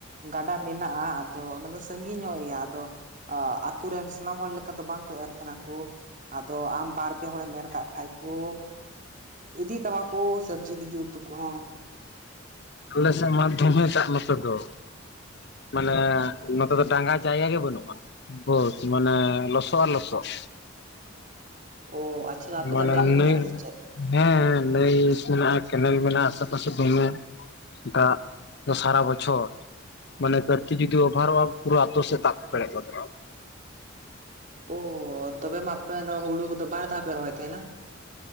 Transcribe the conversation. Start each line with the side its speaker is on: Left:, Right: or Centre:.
Right: ᱜᱟᱰᱟ ᱢᱮᱱᱟᱜᱼᱟ ᱟᱫᱚ ᱚᱱᱟ ᱫᱚ ᱥᱟᱺᱜᱤᱧ ᱧᱚᱜ ᱜᱮᱭᱟ ᱟᱫᱚ᱾ ᱟᱛᱩ ᱨᱮᱱ ᱥᱟᱱᱟᱢ ᱦᱚᱲ ᱞᱮᱠᱟ ᱫᱚ ᱵᱟᱝᱠᱚ ᱮᱨ ᱛᱟᱦᱮᱸᱱᱟᱠᱚ ᱟᱫᱚ ᱟᱢ ᱵᱟᱨ ᱯᱮ ᱦᱚᱲᱮᱢ ᱮᱨ ᱠᱩ ᱤᱫᱤ ᱛᱟᱢᱟ ᱠᱚ ᱥᱚᱵᱽᱡᱤ ᱞᱟᱹᱜᱤᱫ ᱩᱛᱩ ᱠᱚᱦᱚᱸ᱾
Left: ᱟᱞᱮ ᱥᱮᱫ ᱢᱟ ᱫᱷᱚᱢᱮ ᱫᱟᱜ ᱱᱚᱛᱮ ᱫᱚ᱾ ᱢᱟᱱᱮ ᱱᱚᱛᱮ ᱫᱚ ᱰᱟᱸᱜᱟ ᱡᱟᱭᱜᱟ ᱜᱮ ᱵᱟᱹᱱᱩᱜᱼᱟ᱾ ᱵᱟᱹᱫ ᱢᱟᱱᱮ ᱞᱚᱥᱚ ᱟᱨ ᱞᱚᱥᱚᱫ᱾
Right: ᱚᱻ ᱟᱪᱪᱷᱟ ᱟᱯᱮ
Left: ᱢᱟᱱᱮ
Right: ᱫᱚ ᱰᱮᱢ
Left: ᱱᱟᱹᱭ
Right: ᱠᱚ ᱢᱮᱱᱟᱜᱼᱟ ᱥᱮ ᱪᱮᱫ?
Left: ᱦᱮᱸ ᱱᱟᱹᱭ ᱢᱮᱱᱟᱜᱼᱟ, ᱠᱮᱱᱮᱞ ᱢᱮᱱᱟᱜᱼᱟ, ᱟᱥᱮ ᱯᱟᱥᱮ ᱫᱚᱢᱮ᱾ ᱫᱟᱜ ᱫᱚ ᱥᱟᱨᱟ ᱵᱚᱪᱷᱚᱨ᱾ ᱢᱟᱱᱮ ᱠᱟᱹᱴᱤᱡ ᱡᱩᱫᱤ ᱚᱵᱷᱟᱨᱚᱜᱼᱟ ᱯᱩᱨᱟᱹ ᱟᱛᱳ ᱥᱮᱜ ᱫᱟᱯ ᱯᱮᱨᱮᱡ ᱜᱚᱫᱚᱜᱼᱟ᱾
Right: ᱚ ᱛᱚᱵᱮ ᱢᱟ ᱟᱯᱮ ᱫᱚ ᱦᱩᱲᱩ ᱠᱚᱫᱚ ᱵᱟᱨ ᱫᱷᱟᱣ ᱯᱮ ᱨᱚᱦᱚᱭ ᱛᱟᱦᱮᱸᱱᱟ᱾